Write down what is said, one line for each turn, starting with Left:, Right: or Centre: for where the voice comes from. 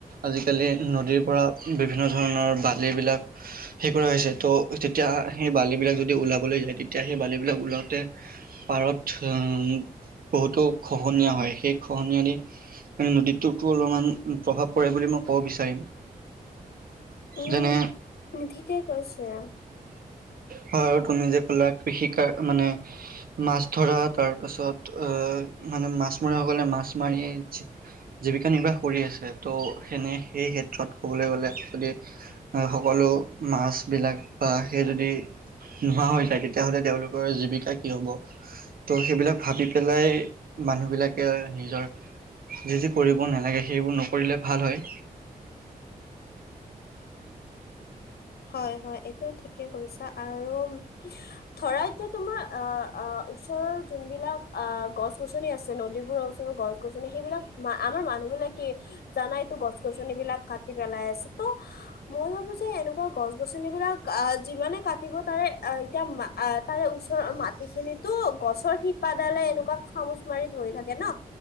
Right: আজিকালি নদীৰ পৰা বিভিন্ন ধৰ ধৰণৰ বালিবিলাক হে কৰা হৈছে। ত' তেতিয়া সেই বালিবিলাক যদি ওলাবলৈ যায়, তেতিয়া সেই বালিবিলাক ওলাওঁতে পাৰত বহুতো খহনীয়া হয়, সেই খহনীয়া দি নদীটোতো অলমান প্ৰভাৱ পৰে বুলি মই ক'ব বিচাৰিম।
Left: উম,
Right: যেনে
Left: ঠিকে কৈছা।
Right: হয়। আৰু তুমি যে ক'লা কৃষি কাৰ মানে মাছ ধৰা, তাৰ পাছত আহ মানে মাছমৰীয়াসকলে মাছ মাৰি জীৱিকা নিৰ্বাহ কৰি আছে। ত' সেনে সেই ক্ষেত্ৰত ক'বলৈ গ'লে যদি সকলো মাছবিলাক বা সেই যদি নোহোৱা হৈ যায় তেতিয়াহ'লে তেওঁলোকৰ জীৱিকা কি হ'ব? ত' সেইবিলাক ভাবি পেলাই মানুহবিলাকে নিজৰ যি যি কৰিব নালাগে, সেইবোৰ নকৰিলে ভাল হয়।
Left: হয়, হয়। এইটো ঠিকে কৈছা। আৰু ধৰা এতিয়া তোমাৰ আ-আ ওচৰৰ যোনবিলাক আ গছ-গছনি আছে। নদীবোৰৰ ওচৰৰ গছ-গছনি, সেইবিলাক আমাৰ মানুহ বিলাকে জানাইটো গছ-গছনিবিলাক কাটি পেলাই আছে। ত মই ভাবো যে এনেকুৱা গছ-গছনিবিলাক আ যিমানে কাটিব তাৰে এতিয়া তাৰে ওচৰৰ মাটি খিনিতো গছৰ শিপাডালে এনেকুৱা খামুচ মাৰি ধৰি থাকে ন,